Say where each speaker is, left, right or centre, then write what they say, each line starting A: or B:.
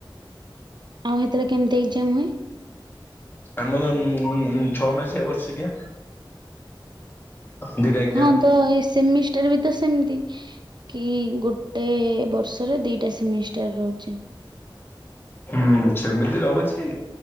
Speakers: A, on the right; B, on the left.
A: ଆଉ ସେତେବେଳେ କେମିତି ଏକ୍ଜାମ ହୁଏ?
B: ଆମର ଉ ଛଅ ମାସିଆ ବର୍ଷିକିଆ ଦିଟା ଏକ୍ଜାମ।
A: ହଁ ତ ଏ ସେମିଷ୍ଟାର ବି ତ ସେମିତି କି ଗୋଟେ ବର୍ଷରେ ଦି ଟା ସେମିଷ୍ଟର ରହୁଛି
B: ହୁଁ ସେମିତି ରହୁଛି